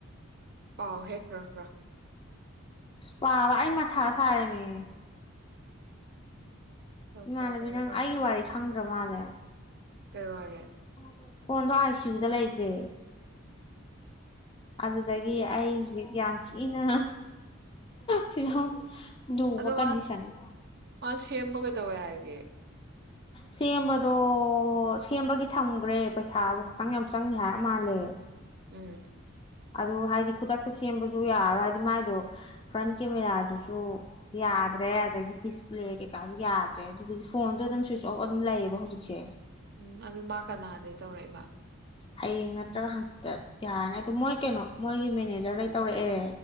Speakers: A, on the right (about 50°); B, on the left (about 25°).
A: ꯑꯥꯎ ꯍꯦꯈ꯭ꯔꯣꯈ꯭ꯔ
B: ꯄꯥꯕ ꯑꯩꯃ ꯊ ꯁꯥꯔꯦꯃꯤ
A: ꯈꯔ
B: ꯏꯃꯥꯟꯅꯕꯤ
A: ꯈꯔ ꯇꯧꯔꯒ
B: ꯅꯪ ꯑꯩꯒꯤ
A: ꯄꯥꯎ
B: ꯋꯥꯔꯤ ꯈꯪꯗ꯭ꯔ ꯃꯥꯜꯂꯦ
A: ꯀꯩ ꯋꯥꯔꯦ
B: ꯗ ꯐꯣꯟꯗꯣ ꯑꯥꯏꯁꯤꯌꯨꯗ ꯂꯩꯈ꯭ꯔꯦ ꯑꯗꯨ ꯑꯗꯒꯤ ꯑꯩ ꯍꯧꯖꯤꯛ ꯌꯥꯝ ꯊꯤꯅ ꯐꯤꯕꯝ ꯂꯨꯕ
A: ꯑꯗꯣ
B: ꯀꯟꯗꯤꯁꯅ
A: ꯃꯥ ꯃꯥ ꯁꯦꯝꯕ ꯀꯩꯗꯧꯋꯦ ꯍꯥꯏꯒꯦ
B: ꯁꯦꯝꯕꯗꯣ ꯁꯦꯝꯕꯒꯤ ꯊꯝꯈ꯭ꯔꯦ ꯄꯩꯁꯥꯁꯨ ꯈꯇꯪ ꯌꯥꯝ ꯆꯪꯅꯤ ꯍꯥꯏꯔ ꯃꯥꯜꯂꯦ
A: ꯎꯝ
B: ꯑꯗꯨ ꯍꯥꯏꯗꯤ ꯈꯨꯗꯛꯇ ꯁꯦꯝꯕꯁꯨ ꯌꯥꯔꯣꯏ ꯍꯥꯏꯗꯤ ꯃꯥꯏꯗꯣ ꯐ꯭ꯔꯟ ꯀꯦꯃꯦꯔꯥꯗꯨꯁꯨ ꯌꯥꯗ꯭ꯔꯦ ꯑꯗꯒꯤ ꯗꯤꯁꯄ꯭ꯂꯦ ꯀꯩꯀꯥꯁꯨ ꯌꯥꯗ꯭ꯔꯦ ꯑꯗꯨꯗꯒꯤ ꯐꯣꯟꯗꯣ ꯑꯗꯨꯝ ꯁ꯭ꯋꯤꯆ ꯑꯣꯐ ꯑꯗꯨꯝ ꯂꯩꯌꯦꯕ ꯍꯧꯖꯤꯛꯁꯦ
A: ꯎꯝ ꯑꯗꯨ ꯃꯥ ꯀꯅꯥꯗꯒꯤ ꯇꯧꯔꯛꯏꯕ
B: ꯍꯌꯦꯡ ꯅꯠꯇ꯭ꯔꯒ ꯍꯥꯡꯆꯤꯠꯇ ꯌꯥꯔꯅꯤ ꯑꯗꯨ ꯃꯣꯏ ꯀꯩꯅꯣ ꯃꯣꯏꯒꯤ ꯃꯦꯅꯦꯖꯔꯗꯩ ꯇꯧꯔꯛꯑꯦ